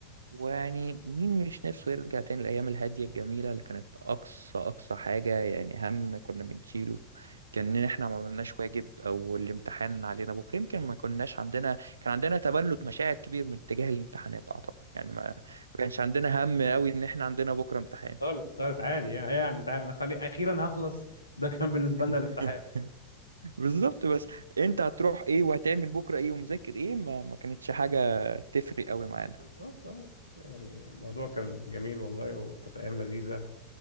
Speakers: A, on the right; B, on the left.
A: ويعني مين مش نفسه يرجع تاني الأيام الهادية الجميلة اللي كانت أقصى أقصى حاجة يعني هم كنا بنشيله كان إن إحنا ما عملناش واجب أو الامتحان علينا بكرة يمكن ما كناش عندنا كان عندنا تبلد مشاعر كبير من اتجاه الامتحانات أعتقد يعني ما ما كانش عندنا هم أوي إن إحنا عندنا بكرة امتحان
B: خالص خالص عادي يعني يعني امتحان انا خلي اخيرا هخلص ده كان بالنسبه
A: <laughs>
B: لنا الامتحان
A: بالظبط بس أنت هتروح إيه وهتعمل بكرة إيه ومذاكر إيه ما, ما كانتش حاجة تفرق أوي معانا
B: بالظبط اه يعني الموضوع كان جميل والله وكانت ايام لذيذه